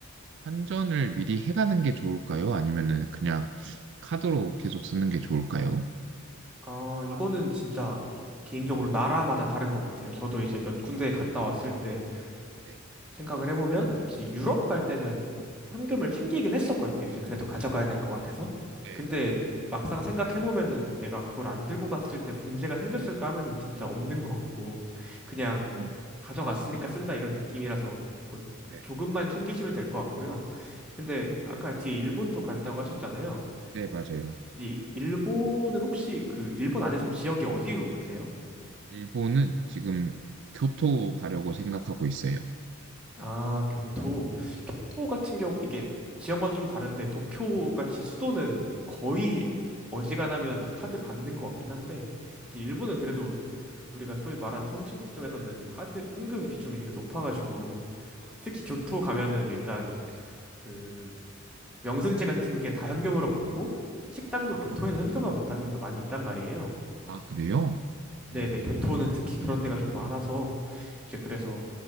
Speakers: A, on the right (about 60°); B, in the centre.
A: 환전을 미리 해가는 게 좋을까요? 아니면은 그냥 카드로 계속 쓰는 게 좋을까요?
B: 아,
A: 아,
B: 이거는 진짜 개- 개인적으로 나라마다 다른 것 같아요. 저도 이제 몇 군데 갔다 왔을 때
A: 네,
B: 생각을 해보면 이제 유럽 갈 때는 현금을 챙기긴 했었거든요. 이제 그래도 가져가야 될 것 같아서.
A: 네,
B: 근데 막상 생각해보면은 내가 그걸 안 들고 갔을 때 문제가 생겼을까 하면은 진짜 없는 것 같고 그냥
A: 음,
B: 가져갔으니까 쓴다 이런 느낌이라서 뭐
A: 네,
B: 조금만 챙기시면 될 것 같고요. 근데 아까 뒤에 일본도 간다고 하셨잖아요.
A: 네, 맞아요.
B: 이 일본은 혹시 그 일본 안에서 지역이 어디로 가세요?
A: 일본은 지금 교토 가려고 생각하고 있어요.
B: 아, 교토. 교토
A: 네.
B: 같은 경우 이게 지역마다 좀 다른데 도쿄 같이 수도는 거의 어지간하면 카드 받는 것 같긴 한데 이제 일본은 그래도 우리가 소위 말하는 선진국 중에서는 카드 현금 비중이 되게 높아가지고
A: 아,
B: 특히 교토 가면은 일단
A: 네.
B: 그 명승지 같은 게 다 현금으로 받고 식당도
A: 아,
B: 교토에는 현금만 받는 데도 많이 있단 말이에요.
A: 아, 그래요? 어,
B: 네네, 교토는 특히 그런 데가 좀 많아서, 이제 그래서